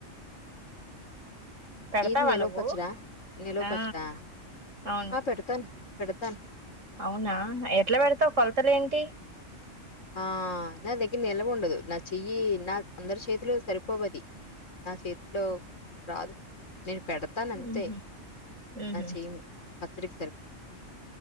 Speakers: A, on the right; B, on the left.
A: పెడతావా
B: ఈనిలవ
A: నువ్వు
B: పచ్చడా నిలవ
A: ఆ
B: పచ్చడా
A: అవును
B: ఆ పెడతాను పెడతాను
A: అవునా ఎట్లా పెడతావు కొలతలేంటి
B: ఆ నా దగ్గర నిలవ ఉండదు నా చెయ్యి నా అందరి చేతిలు సరిపోవది నా చేతుల్లో రాదు నేను పెడతానంతే
A: ఉహు ఉహు
B: నా చెయి పచ్చడికి సరిపోదు